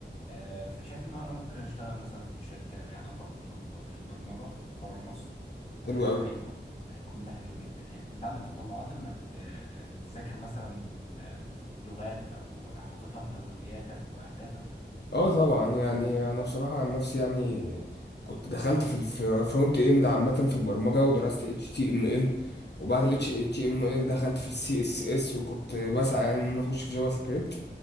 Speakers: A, on the left; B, on the left.
A: آه، فشايف ان انا ممكن اشتغل مثلا في شركه ليها علاقه بالبرمجه بره مصر
B: حلو
A: آه،
B: اوي
A: هيكون هيكون ده حلو جدا يعني انت عندك تطلعات انك ت- تذاكر مثلا آه، لغات او حاططها من اولوياتك واهدافك
B: اه طبعا يعني انا بصراحه عن نفسي يعني كنت دخلت في الفرونت اند عامه في البرمجه ودرست اتش تي ام ال وبعد ال اتش تي ام ال دخلت في السي اس اس وكنت بسعى يعني ان أنا اخش في جافا سكريبت